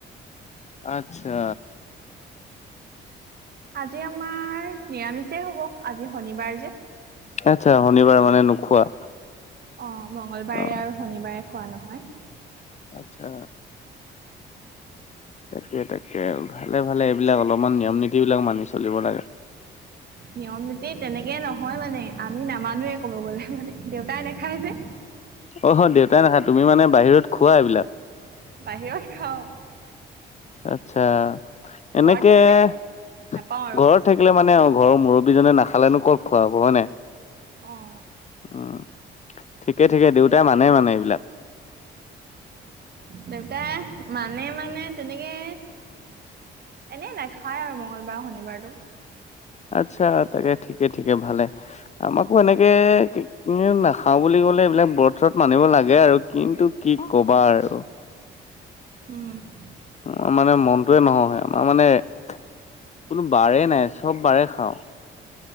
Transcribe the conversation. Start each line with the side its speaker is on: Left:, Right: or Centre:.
Left: আচ্ছা।
Right: আজি আমাৰ, নিৰামিষেই হ'ব, আজি শনিবাৰ যে।
Left: আচ্ছা, শনিবাৰ মানে নোখোৱা?
Right: অ', মংগলবাৰে
Left: অ
Right: আৰু শনিবাৰে খোৱা নহয়।
Left: আচ্ছা। তাকে তাকে, ভালে ভালে, এইবিলাক অলপমান নিয়ম নীতিবিলাক মানি চলিব লাগে। <inaudible>
Right: নিয়ম নীতি তেনেকে নহয় মানে, আমি নামানোৱে ক'ব গলে, মানে দেউতাই নেখায় যে।
Left: অহ দেউতাই নাখাই, তুমি মানে বাহিৰত খোৱা এইবিলাক।
Right: বাহিৰত খাওঁ।
Left: আচ্ছা,
Right: ঘৰত
Left: এনেকে,
Right: থাকিলে
Left: ঘৰত
Right: নাপাওঁ আৰু।
Left: থাকিলে মানে আৰু ঘৰৰ মুৰব্বীজনে নাখালেনু ক'ত খোৱা হ'ব হয় নাই?
Right: অ'।
Left: উম, ঠিকে ঠিকে, দেউতাই মানে মানে এইবিলাক।
Right: দেউতাই, মানে মানে তেনেকে এনেই নাখাই আৰু মংগলবাৰ শনিবাৰটো।
Left: আচ্ছা তাকে ঠিকে ঠিকে ভালে, আমাকো এনেকে এনে নাখাওঁ বুলি ক'লে এইবিলাক ব্ৰত চ্ৰত মানিব লাগে আৰু, কিন্তু কি কবা আৰু।
Right: উম।
Left: অ' মানে মনটোৱে নসহে, আমাৰ মানে, কোনো বাৰে নাই চব বাৰে খাওঁ।